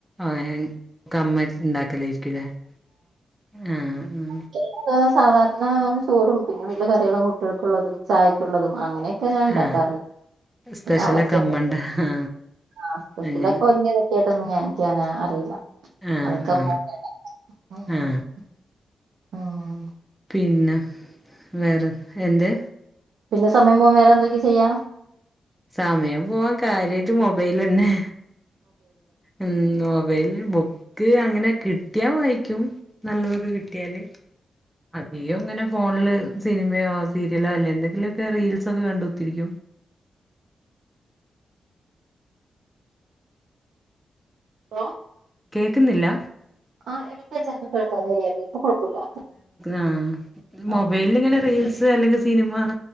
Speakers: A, in the centre; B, on the right (about 80°).
A: ആഹ് ഏഹ് ക്ക അമ്മ ഇണ്ടാക്കലേര്ക്കുലേ ആഹ് ആഹ്
B: <unintelligible> സാധാരണ ചോറും പിന്നെ വീട്ടിലെ കറികളും കുട്ടിയേൾക്കുള്ളതും ചായയ്ക്കുള്ളതും അങ്ങനെയൊ ക്കെ ഞാൻ ഉണ്ടാക്കാറുണ്ട്.
A: ആ സ്പെഷ്യലൊക്കെ
B: പിന്നെ അവർക്കൊക്കെ,
A: അമ്മണ്ട ആ
B: ആഹ് സ്പെഷ്യലൊക്കെ
A: അങ്ങനെ
B: <unintelligible> <unintelligible> പിന്നെ എനിക്കങ്ങനെ അറിയില്ല.
A: ആ
B: അതൊക്കെ
A: ആ
B: അമ്മ തന്നെയാ ഉണ്ടാക്ക്ണെ. ഉം
A: ആ
B: ഉം
A: പിന്നെ, വേറെ, എന്ത്?
B: പിന്നെ സമയം പോവാൻ വേറെന്തൊക്കെ ചെയ്യാ?
A: സമയം പോവാൻ കാര്യായിട്ട് മൊബൈലെന്നെ. ഉം മൊബൈൽ ബു ക്ക് അങ്ങനെ കിട്ടിയാ വായിക്കും നല്ലതൊക്കെ കിട്ടിയാല്. അധികം ഇങ്ങനെ ഫോണില് സിനിമയോ സീരിയലോ അല്ലേ എന്തെങ്കിലൊക്കെ റീൽസ് ഒക്കെ കണ്ട് കുത്തിരിക്കും.
B: ഹലോ
A: കേക്കുന്നില്ല?
B: ആഹ് എടക്ക് വെച്ച് എന്തോ കേൾക്കാ <unintelligible> ല്ലായിരുന്നു. ഇപ്പൊ കുഴപ്പമില്ല.
A: ആഹ്
B: ആ
A: മൊബൈൽല് ഇങ്ങനെ റീൽസ് അല്ലെങ്കി സിനിമ